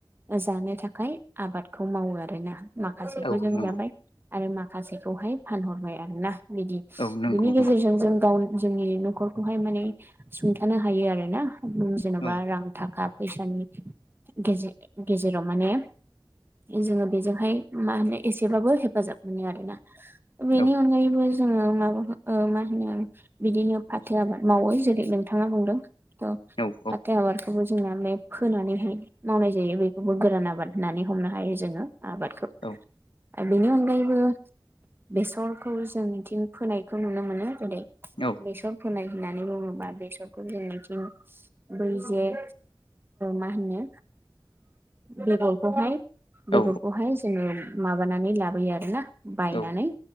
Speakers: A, on the right (about 25°); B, on the left (about 90°).
A: जानो थाखाय आबादखौ मावो आरोना। माखासेखौ
B: औ
A: जों
B: नंगौ
A: जाबाय आरो माखासेखौहाय फानहरबाय आरोना। बिदि
B: औ नंगौ
A: बिनि
B: नंगौ
A: गेजेरजों जों गावनि जोंनि नख'रखौहाय माने सुंथानो हायो आरोना जेन'बा
B: औ
A: रां थाखा फैसानि गेजे गेजेराव माने जोङो बेजोंहाय मा होनो एसेबाबो हेफाजाब मोनो आरोना बेनि
B: औ
A: अनगायैबो जोङो मा ओ मा होनो बिदिनो फाथो आबाद मावो जेरै नोंथाङा बुंदों। अ
B: औ औ
A: फाथो आबादखौबो जोंना मे फोनानैहाय मावनाय जायो बेखौबो गोरान आबाद होननानै हमनो हायो जोङो आबाद
B: औ।
A: आरो बेनि अनगायैबो बेसरखौ जों बिथिं फोनायखौ नुनो मोनो जेरै
B: औ
A: बेसर फोनाय होननानै बुङोबा बेसरखौ जोंनिथिं बैजे मा होनो बेगरखौहाय बेगरखौहाय
B: औ
A: जोङो माबानानै लाबोयो आरोना बायनानै
B: औ